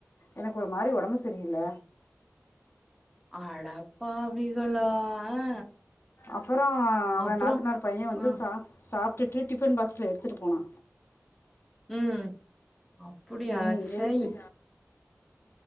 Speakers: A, on the left; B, in the centre.
A: எனக்கு ஒரு மாரி உடம்பு செரில
B: அடப்பாவிகளா ஆ
A: அப்பறோ அவ
B: அப்றோ
A: நாத்தனார் பையன் வந்து
B: ஆ
A: சா சாப்டுட்டு டிஃபன் பாக்ஸ்ல எடுத்துட்டு போனா
B: உம் அப்புடியா
A: ம்
B: சை
A: எடுத்து